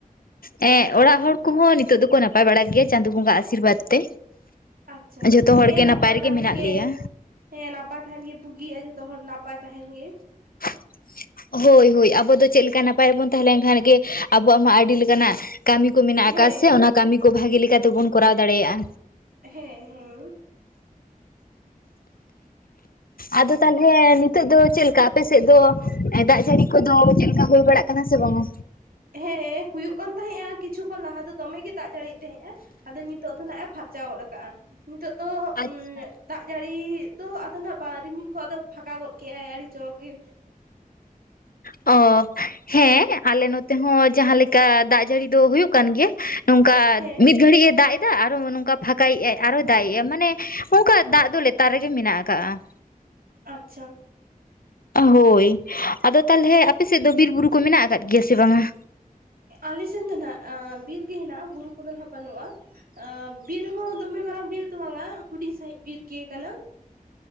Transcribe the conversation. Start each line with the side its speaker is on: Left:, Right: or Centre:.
Left: ᱦᱮᱸ, ᱚᱲᱟᱜ ᱦᱚᱲ ᱠᱚᱦᱚᱸ ᱱᱤᱛᱳᱜ ᱫᱚᱠᱚ ᱱᱟᱯᱟᱭ ᱵᱟᱲᱟ ᱜᱮᱭᱟ ᱪᱟᱸᱫᱳ ᱵᱟᱸᱜᱟ ᱟᱥᱤᱨᱵᱟᱫᱽ ᱛᱮ᱾
Right: ᱟᱪᱪᱷᱟ,
Left: ᱡᱷᱚᱛᱚ ᱦᱚᱲ
Right: ᱦᱮᱸ
Left: ᱜᱮ
Right: ᱱᱟᱯᱟᱭ
Left: ᱨᱮᱜᱮ
Right: ᱛᱟᱦᱮᱱ
Left: ᱢᱮᱱᱟᱜ
Right: ᱜᱮ
Left: ᱞᱮᱭᱟ
Right: ᱦᱮᱸ, ᱱᱟᱯᱟᱭ ᱛᱟᱦᱮᱱ ᱜᱮ ᱵᱩᱜᱤᱭᱟ, ᱡᱷᱚᱛᱚ ᱦᱚᱲ ᱱᱟᱯᱟᱭ ᱛᱟᱦᱮᱱ ᱜᱮ᱾
Left: <inaudible> ᱦᱳᱭ, ᱦᱳᱭ ᱟᱵᱚ ᱫᱚ ᱪᱮᱫ ᱞᱠᱟ ᱱᱟᱯᱟᱭ ᱨᱮᱵᱚᱱ ᱛᱟᱦᱮᱸ ᱞᱮᱱᱠᱷᱟᱱ ᱜᱮ ᱟᱵᱚᱣᱟᱜ ᱢᱟ ᱟᱹᱰᱤ ᱞᱮᱠᱟᱱᱟᱜ ᱠᱟᱹᱢᱤ ᱠᱚ ᱢᱮᱱᱟᱜ ᱟᱠᱟᱫ
Right: ᱦᱮᱸ
Left: ᱥᱮ, ᱚᱱᱟ ᱠᱟᱹᱢᱤ ᱠᱚ ᱵᱷᱟᱜᱤ ᱞᱮᱠᱟᱛᱮ ᱵᱚᱱ ᱠᱚᱨᱟᱣ ᱫᱟᱲᱮᱭᱟᱜᱼᱟ᱾
Right: ᱦᱮᱸ, ᱦᱮᱸ᱾
Left: ᱟᱫᱚ ᱛᱟᱦᱚᱞᱮ ᱱᱤᱛᱳᱜ ᱫᱚ ᱪᱮᱫ ᱞᱮᱠᱟ ᱟᱯᱮ ᱥᱮᱫ ᱫᱚ ᱫᱟᱜ ᱡᱟᱹᱲᱤ ᱠᱚᱫᱚ ᱪᱮᱫ ᱞᱮᱠᱟ ᱦᱳᱭ ᱵᱟᱲᱟᱜ ᱠᱟᱱᱟ ᱥᱮ ᱵᱟᱝᱼᱟ?
Right: ᱦᱮᱸ, ᱦᱩᱭᱩᱜ ᱠᱟᱱ ᱛᱟᱦᱮᱸᱜᱼᱟ ᱠᱤᱪᱷᱩ ᱠᱷᱚᱱ ᱞᱟᱦᱟ ᱫᱚ ᱫᱚᱢᱮ ᱜᱮ ᱫᱟᱜ ᱡᱟᱹᱲᱤᱭᱮᱫ ᱛᱟᱦᱮᱸᱜᱼᱟ᱾ ᱟᱫᱚ ᱱᱤᱛᱚᱜ ᱫᱚ ᱦᱟᱜ ᱮ ᱯᱷᱟᱨᱪᱟ ᱜᱚᱫ ᱟᱠᱟᱜᱼᱟ, ᱱᱤᱛᱚᱜ ᱫᱚ
Left: ᱟᱪᱪᱷᱟ
Right: ᱩ ᱫᱟᱜ ᱡᱟᱹᱲᱤ ᱫᱚ ᱟᱫᱚ ᱱᱟᱜ ᱨᱤᱢᱤᱞ ᱠᱚ ᱟᱫᱚ ᱯᱷᱟᱸᱠᱟ ᱜᱚᱫ ᱠᱮᱫᱼᱟᱭ ᱟᱹᱰᱤ ᱪᱚᱨᱚᱠ ᱜᱮ᱾
Left: ᱚ, ᱦᱮᱸ, ᱟᱞᱮ ᱱᱚᱛᱮ ᱦᱚᱸ ᱡᱟᱦᱟᱸ ᱞᱮᱠᱟ ᱫᱟᱜ ᱡᱟᱹᱲᱤ ᱫᱚ ᱦᱩᱭᱩᱜ ᱠᱟᱱ ᱜᱮᱭᱟ᱾ ᱱᱚᱝᱠᱟ
Right: ᱦᱮᱸ
Left: ᱢᱤᱫ ᱜᱷᱲᱤᱡ ᱮ ᱫᱟᱜ ᱮ ᱫᱟᱜ ᱟᱨᱚ ᱱᱚᱝᱠᱟ ᱯᱷᱟᱸᱠᱟᱭᱮᱜ ᱟᱭ ᱟᱨᱚ ᱫᱟᱜ ᱮᱜ ᱟᱭ ᱢᱟᱱᱮ ᱚᱱᱠᱟ ᱫᱟᱜ ᱫᱚ ᱞᱮᱛᱟᱨ ᱨᱮᱜᱮ ᱢᱮᱱᱟᱜ ᱟᱠᱟᱟᱜᱼᱟ ᱾
Right: ᱟᱪᱪᱷᱟ ᱾
Left: ᱦᱳᱭ ᱟᱫᱚ ᱛᱟᱦᱚᱞᱮ ᱟᱯᱮ ᱥᱮᱫ ᱫᱚ ᱵᱤᱨ ᱵᱩᱨᱩ ᱠᱚ ᱢᱮᱱᱟᱜ ᱟᱠᱟᱫ ᱜᱮᱭᱟ ᱥᱮ ᱵᱟᱝᱟ?
Right: ᱟᱞᱮ ᱥᱮᱱ ᱫᱚ ᱱᱟᱜ ᱵᱤᱨ ᱜᱮ ᱦᱮᱱᱟᱜᱼᱟ, ᱵᱩᱨᱩ ᱠᱚᱫᱚ ᱱᱟᱜ ᱵᱟᱹᱱᱩᱜᱼᱟ᱾ ᱟ. ᱵᱤᱨ ᱦᱚᱸ ᱫᱚᱢᱮ ᱢᱟᱨᱟᱝ ᱵᱤᱨ ᱫᱚ ᱵᱟᱝᱟ ᱦᱩᱰᱤᱧ ᱥᱟᱹᱦᱤᱡ ᱵᱤᱨ ᱜᱮ ᱠᱟᱱᱟ᱾